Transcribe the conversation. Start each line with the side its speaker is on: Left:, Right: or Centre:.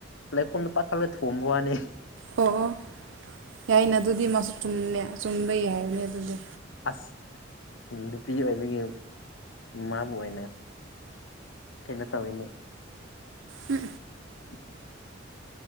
Left: ꯂꯩꯀꯣꯝꯗꯣ ꯄꯥꯈꯜꯂꯒ ꯊꯣꯕ ꯋꯥꯅꯤ
Right: ꯑꯣ ꯑꯣ ꯌꯥꯏꯅ ꯑꯗꯨꯗꯤ ꯃꯥꯁꯨꯨꯝ ꯆꯨꯝꯕ ꯌꯥ ꯍꯥꯏꯕꯅꯤ ꯑꯗꯨꯗꯤ
Left: ꯑꯁ ꯅꯨꯄꯤ ꯑꯣꯏꯕꯒꯤ ꯃꯥꯕꯨ ꯑꯣꯏꯅ ꯊꯩꯅꯣ ꯇꯧꯋꯅꯤ
Right: ꯍ
Left: <unintelligible>